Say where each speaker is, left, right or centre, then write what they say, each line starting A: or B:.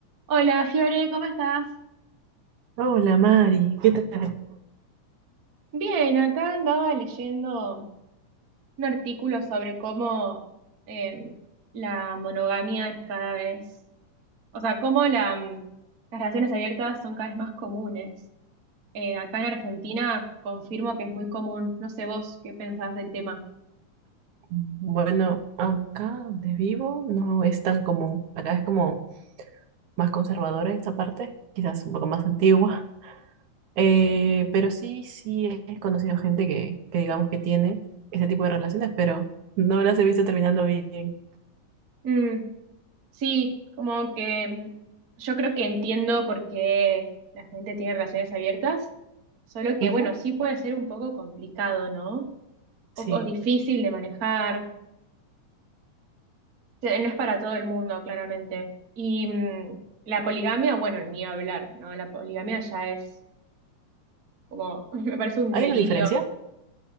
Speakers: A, on the right; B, on the right.
A: Hola, Fiore, ¿cómo estás?
B: Hola Mari, ¿qué tal?
A: Bien, acá andaba leyendo un artículo sobre cómo eh, la monogamia es cada vez, o sea, cómo la, mm, las relaciones abiertas son cada vez más comunes. Eh, acá en Argentina confirmo que es muy común. No sé vos qué pensás del tema.
B: Bueno, acá donde vivo no es tan común. Acá es como más conservadora en esta parte, quizás un poco más antigua. Eh, pero sí, sí he conocido gente que, que digamos que tiene este tipo de relaciones, pero no las he visto terminando bien.
A: Mm, sí, como que mm, yo creo que entiendo por qué la gente tiene relaciones abiertas, solo que
B: Ujú,
A: bueno, sí puede ser un poco complicado, ¿no? o,
B: Sí.
A: o difícil de manejar. O No es para todo el mundo, claramente. Y mm, la poligamia, bueno, ni hablar, ¿no? La poligamia ya es como, <laughs> me parece un
B: ¿Hay
A: delirio.
B: una diferencia?